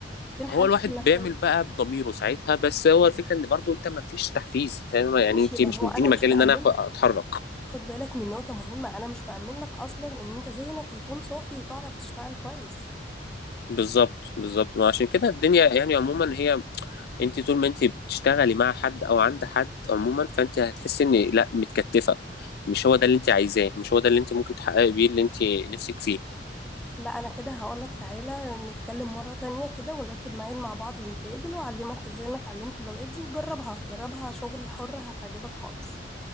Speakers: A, in the centre; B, on the left (about 60°).
A: فين
B: هو
A: حالتك
B: الواحد
A: النفسيه
B: بيعمل بقى بضميره ساعتها بس هو الفكرة ان برضو انت ما فيش تحفيز فاهم يعني
A: ماشي
B: انت
A: ما
B: مش
A: هو
B: مديني
A: انا
B: مجال
A: مش مأمن
B: ان انا اخ- اتحرك
A: لك خد بالك من نقطه مهمه انا مش مأمن لك اصلا ان انت ذهنك يكون صافي وتعرف تشتغل كويس
B: بالظبط بالظبط ما عشان كده الدنيا يعني عموما هي انت طول ما انت بتشتغلي مع حد او عند حد عموما فانت هتحسي ان لا متكتفه مش هو ده اللي انت عايزاه مش هو ده اللي انت ممكن تحققي بيه اللي انت نفسك فيه
A: لا انا كده هقول لك تعالى نتكلم مره تانية كده ونرتب ميعاد مع بعض ونتقابل واعلمك ازاي انا اتعلمت اللغات دي وجربها جربها شغل حر هتعجبك خالص